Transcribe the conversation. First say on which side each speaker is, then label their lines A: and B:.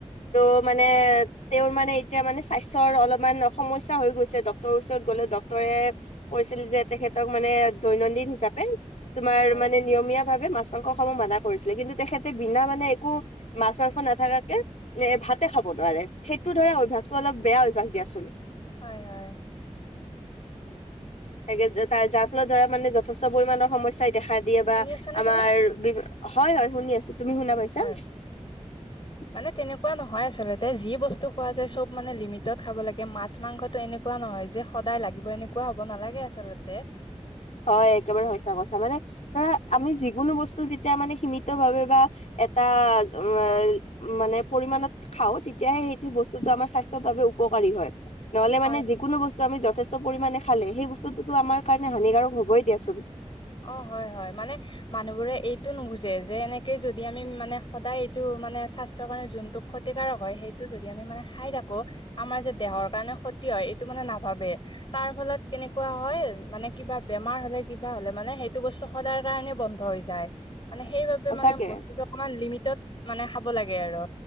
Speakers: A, on the left (about 80°); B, on the left (about 45°).
A: ত' মানে তেওঁৰ মানে এতিয়া মানে স্বাস্থ্যৰ অলপমান সমস্যয়া হৈ গৈছে ডক্টৰৰ ওচৰত গ'লে ডক্টৰে কৈছিল যে তেখেতক মানে দৈনন্দিন হিচাপে তোমাৰ
B: হয়
A: মানে নিয়মীয়া ভাৱে মাছ- মাংস খাব মানা কৰিছিলে কিন্তু তেখেতে বিনা মানে একো মাছ মাংস নাথাকাকে ভাতে খাব নোৱাৰে সেইটো ধৰা অভ্যাসতটো অলপ বেয়া অভ্যাস দিয়াচোন।
B: হয়ঁ হয়ঁ!
A: তেনেকে তাৰ যাৰ ফলত ধৰা মানে যথেষ্ট পৰিমাণৰ সমস্যাই দেখা দিয়ে বা
B: শুনি আছানে
A: আমাৰ
B: তুমি
A: বি হয়ঁ হয়ঁ শুনিছো আছো তুমি শুনা পাইছা।
B: হয়ঁ।
A: <inaudible>
B: মানে তেনেকুৱা নহয় আচলতে যি বস্তু খোৱা যায় সব মানে লিমিটত খাব লাগে মাছ মাংসটো এনেকুৱা কোৱা নহয় যে সদায় লাগিব এনেকুৱা হ'ব নালাগে আচলতে।
A: হয়ঁ একেবাৰে সঁচা কথা মানে ধৰা আমি যিকোনো বস্তু যেতিয়া মানে সীমিত ভাৱে বা- এটা উমঁ এঅ মানে পৰিমমানত খাওঁ তেতিয়াহে সেইটো বস্তুটো আমাৰ স্বাস্থ্যৰ বাবে উপকাৰী হয়ঁ। নহ'লে
B: হয়
A: মানে যিকোনো বস্তু আমি যথেষ্ট পৰিমাণে খালে সেই বস্তুটোতো আমাৰ কাৰণে হানিকাৰক হ'বই দিয়া চুন।
B: অঁ হঁয় হঁয় মানে মানুহ বোৰে এইটো নুবুজে যে এনেকে যদি আমি মানে সদায় এইটো মানে স্বাস্থৰ কাৰণে যোনটো অখদ ক্ষতিকাৰক হয়ঁ সেইটো যদি আমি মানে খাই থাকো আমাৰ যে দেহৰ কাৰণে ক্ষতি হয় এইটো মানে নাভাবে। তাৰ ফলত কেনেকুৱা হয় মানে কিবা বেমাৰ হ'লে কিবা হ'লে। মানে সেইটো বস্তু সদায় কাৰণে বন্ধ হৈ যায় মানে সেইবাবে
A: সঁচাকে
B: মানে বস্তুটো অকমান লিমিটত মানে খাব লাগে আৰু